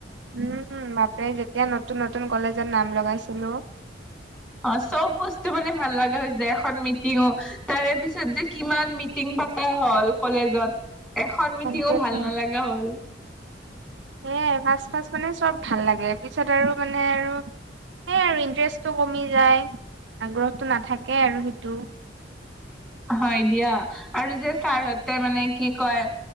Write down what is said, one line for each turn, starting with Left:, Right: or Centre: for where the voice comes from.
Right: উম উম্ বাপৰে যেতিয়া নতুন নতুন কলেজত নাম লগাইছিলো।
Centre: অ চব বস্তু মানে ভাল লগা হৈ যায় এখন মিটিঙো। তাৰেপিছত যে কিমান মিটিং পাতা হ'ল কলেজত। এখন মিটিঙো
Right: তাকেতো
Centre: ভাল নালাগা হ'ল।
Right: সেয়াই ফাচ ফাচ মানে চব ভাল লাগে পিছত আৰু মানে আৰু সেই আৰু ইণ্টাৰেষ্টটো কমি যায় আগ্ৰহটো নাথাকে আৰু সেইটো।
Centre: হয় দিয়া আৰু যে ছাৰহতে মানে কি কয়